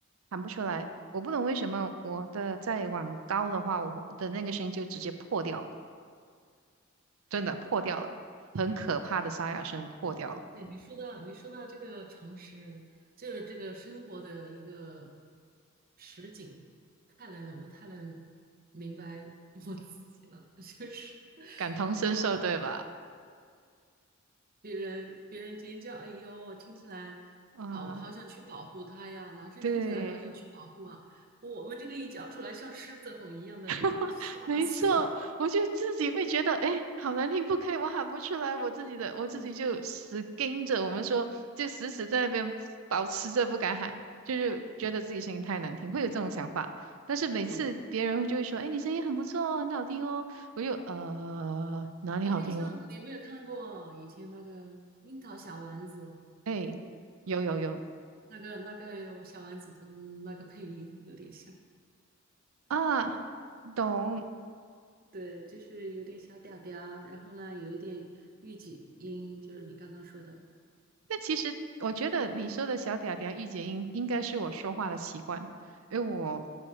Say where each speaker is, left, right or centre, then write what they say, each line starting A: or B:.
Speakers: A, on the right (about 75°); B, on the right (about 45°).
A: 喊不出来。我不懂为什么我的再往高的话，我的那个声音就直接破掉了，真的破掉了，很可怕的沙哑声破掉了，
B: 哎，你说到你说到这个常识，就是这个生活的一个实景，太能我太能明白我自己了，就是 <laughs>
A: 感同身受，
B: 就是。
A: 对吧？
B: 别人别人尖叫，哎呦，听起来好好想去保护他呀！
A: 啊，
B: 男生听起来好想去保护啊，
A: 对，
B: 我们这个一叫出来像狮子吼一样的，
A: <laughs>
B: 那不吓死了。
A: 没错，我就自己会觉得，哎，好难听，不可以，我喊不出来，我自己的，我自己就死盯着，
B: <laughs> 嗯，
A: 我们说，就死死在那边保持着不敢喊，就是觉得自己声音太难听，会有这种想法。但是每次别人就会说，
B: 对，
A: 哎，你声音很不错哦，很好听哦，我就呃哪里好听了？
B: 有点像你有没有看过以前那个《樱桃小丸子》
A: 哎，有有有
B: 那个那个有小丸子的那个配音有点像，
A: 啊，懂，
B: 对，就是有点小嗲嗲，然后呢有一点御姐音，就是你刚刚说的，
A: 那其实我觉得你说的小嗲嗲、御姐音，应该是我说话的习惯，因为我